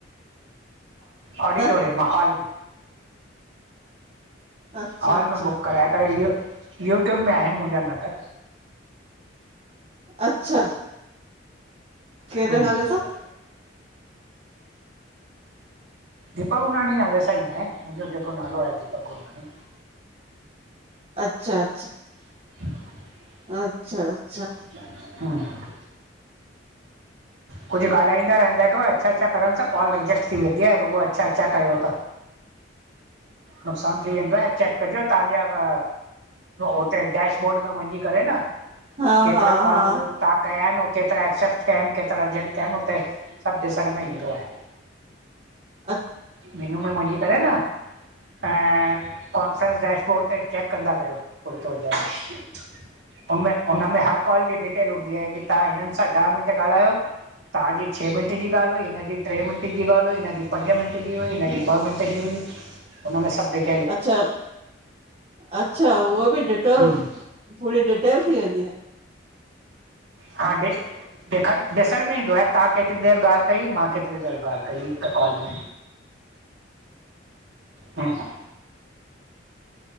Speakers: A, on the right; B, on the right.
A: ऑडिटोरियम
B: न?
A: मां हॉल,
B: अच्छा
A: हॉल
B: अच्छा
A: में बुक कराए करे इयो, यूट्यूब में आहिनि मुंहिंजा नाटक।
B: अच्छा, कहिड़ेे
A: हम्म
B: नाले सां?
A: दीपक गुरनानी नाले सां ई आहे, मुंहिंजो जेको नालो आहे, दीपक गुरनानी।।
B: अच्छा अच्छा
A: <inaudible>
B: अच्छा अच्छा
A: हा कुछ ॻाल्हाईंदा रहंदा कयो। अच्छा अच्छा करण सां, कॉल रिजेक्ट थी वेंदी आहे, रुॻो अच्छा अच्छा कयो त। नुक़सानु थी वेंदो आहे, ऐं चैक कजो तव्हांखे अगरि उते डैशबोर्ड में वञी करे न,
B: हा
A: केतिरा
B: हा
A: कॉल
B: हा
A: तव्हां कया आहिनि, ऐं केतिरा एक्सेप्ट थिया आहिनि, केतिरा रिजेक्ट थिया आहिनि, हुते सभु ॾिसण में ईंदो आहे।
B: अ
A: मेनू में वञी करे न ऐं, कॉन्फ्रेंस डैशबोर्ड ते चैक कंदा कयो, थोड़ी-थोड़ी देरि में। हुनमें, हुनमें हर कॉल जी डिटेल हूंदी आहे कि तव्हां हिननि सां ॾह मिंट ॻाल्हायो तव्हांजी छह मिंट जी ॻाल्हि हुई, हिनजी टे मिंट जी ॻाल्हि हुई, हिनजी पंज मिन्ट जी हुई हिनजी ॿ मिंट जी हुई हुनमें सब डिट
B: अच्छा, अच्छा हूअ बि डि त,
A: हम्म
B: पूरी डिटेल थी वेंदी आ।
A: काॾे? ॾिखण, ॾिसण में ईंदो आहे तव्हां केतिरी देरि ॻाल्हि कई? मां केतिरी देर ॻाल्हि कई हिकु कॉल में?
B: <inaudible>
A: हूं